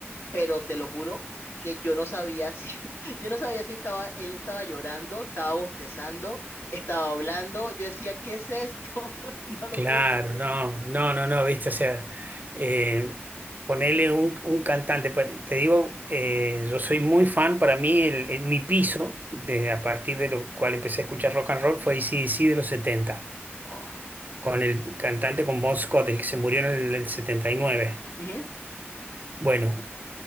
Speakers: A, on the left; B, on the right.
A: pero te lo juro que yo no sabía si, <laughs> yo no sabía si estaba, él estaba llorando, estaba bostezando, estaba hablando. Yo decía, ¿qué es esto? <laughs> No lo
B: Claro,
A: puedo creer.
B: no, no, no, no, viste, o sea, eh, ponele un, un cantante, pa- te digo, eh, yo soy muy fan, para mí el, el- mi piso, desde a partir de lo cual empecé a escuchar rock and roll, fue ac de los 70,
A: Oh.
B: con el cantante con Bon Scott, el que se murió en el, el 79.
A: Ujú.
B: Bueno,